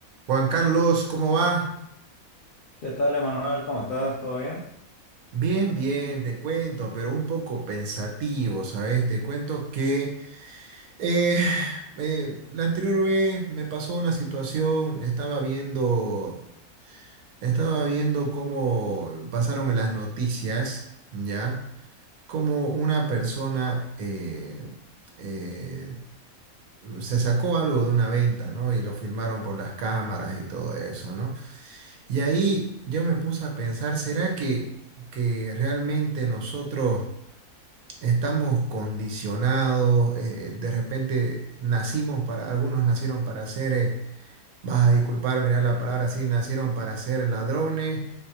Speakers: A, on the right; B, on the left.
A: Juan Carlos, ¿cómo va?
B: ¿Qué tal, Emanuel? ¿Cómo estás? ¿Todo bien?
A: Bien, bien, te cuento, pero un poco pensativo, ¿sabes? Te cuento que eh, eh, la anterior vez me pasó una situación, estaba viendo, estaba viendo cómo pasaron en las noticias, ¿ya? Cómo una persona eh, eh, se sacó algo de una venta, ¿no? Y lo filmaron por las cámaras y todo eso, ¿no? Y ahí yo me puse a pensar, ¿será que, que realmente nosotros estamos condicionados? eh, de repente nacimos para, algunos nacieron para ser, eh, vas a disculpar, mirar la palabra así, nacieron para ser ladrones